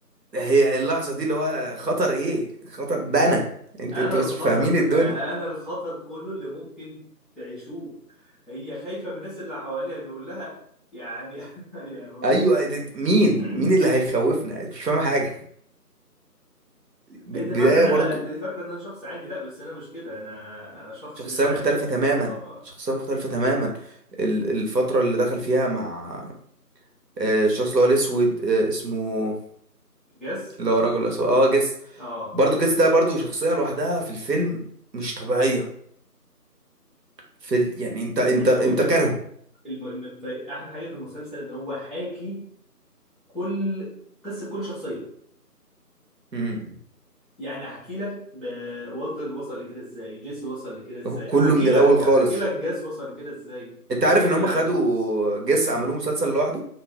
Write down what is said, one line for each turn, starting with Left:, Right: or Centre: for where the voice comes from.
Right: هي اللحظه دي اللي هو خطر ايه خطر ده انا انت
Centre: انا
Right: انت
Centre: الخطر
Right: بس مش فاهمين الدنيا
Centre: انا الخطر كله اللي ممكن تعيشوه هي خايفة من الناس اللي حواليها بيقول لها يعني <laughs> يا ربي
Right: ايوه ده- ده- مين
Centre: <coughs>
Right: مين اللي هيخوفنا مش فاهم حاجه ب-
Centre: انت
Right: بدايه
Centre: فاكره ان انا
Right: برضو
Centre: انت فاكره ان انا شخص عادي لا بس انا مش كده انا انا شخص
Right: شخصية
Centre: مش عادي
Right: مختلفة تماما
Centre: اه
Right: شخصية مختلفة تماما ال- الفترة اللي دخل فيها مع آه، الشخص اللي هو الأسود آه، اسمه
Centre: جس
Right: اللي هو الراجل الأسود اه جس
Centre: اه
Right: برضه جس ده برضه شخصية لوحدها في الفيلم مش طبيعية في ال... يعني انت انت
Centre: عايز
Right: انت
Centre: اقول لك
Right: كارهه
Centre: الم... إن الط- احلى حاجه في المسلسل ان هو حاكي كل قصه كل شخصيه
Right: امم
Centre: يعني هحكي لك ب- والتر وصل لكده ازاي جيسي وصل لكده ازاي
Right: هو كله
Centre: هحكي
Right: من
Centre: لك
Right: الأول
Centre: هحكي
Right: خالص
Centre: لك جاس وصل لكده ازاي
Right: انت
Centre: والراجل
Right: عارف ان هم
Centre: العجوز
Right: خدوا جس عملوه مسلسل لوحده